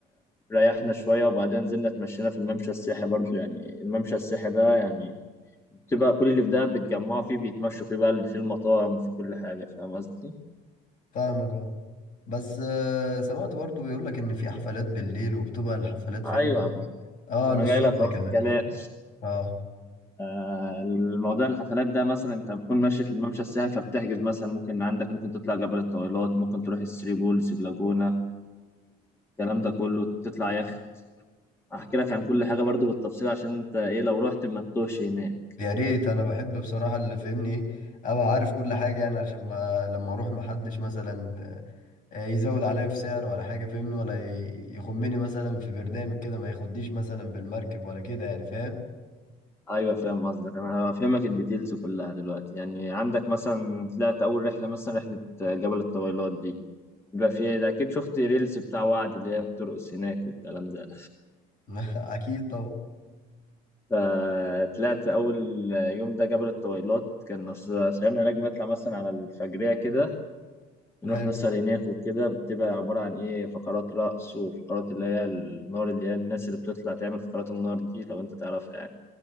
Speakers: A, on the left; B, on the left.
A: ريحنا شوية وبعدين نزلنا اتمشينا في الممشى السياحي برضو يعني الممشى السياحي ده يعني بتبقى كل اللي في ده بيتجمعوا فيه بيتمشوا فيه بقى اللي فيه المطاعم وفيه كل حاجة فاهم قصدي؟
B: فاهمك اه بس آه، سمعت برضه بيقول لك ان في حفلات بالليل وبتبقى الحفلات فين
A: أيوة
B: اه
A: أنا
B: للصبح
A: جاي لك أهو
B: كمان
A: في الكلام <laughs>
B: اه
A: آه، الموضوع الحفلات ده مثلا انت بتكون ماشي في الممشى السياحي فبتحجز مثلا ممكن عندك ممكن تطلع جبل الطويلات ممكن تروح الثري بولز اللاجونة الكلام ده كله تطلع يخت احكي لك عن كل حاجه برضو بالتفصيل عشان انت ايه لو رحت ما تتوهش هناك
B: يا ريت انا بحب بصراحة اللي فهمني ايه ابقى عارف كل حاجة يعني عشان ما لما اروح محدش مثلا آه، يزود عليا في سعر ولا حاجة فهمني ولا ي- يخمني مثلا في برنامج كده ما ياخدنيش مثلا بالمركب ولا كده يعني فاهم
A: ايوه فاهم قصدك انا هفهمك الديتيلز كلها دلوقتي يعني عندك مثلا طلعت اول رحله مثلا رحله جبل الطويلات دي بيبقى فيها اكيد شفت ريلز بتاع وعد اللي هي بترقص هناك والكلام ده
B: <laughs> اكيد طبعا
A: فطلعت اول يوم ده جبل الطويلات كان صغيرنا نجم نطلع مثلا على الفجريه كده بنروح
B: حلو
A: نسهر هناك وكده بتبقى عبارة عن إيه فقرات رقص وفقرات اللي هي النار اللي هي الناس اللي بتطلع تعمل فقرات النار دي لو أنت تعرفها يعني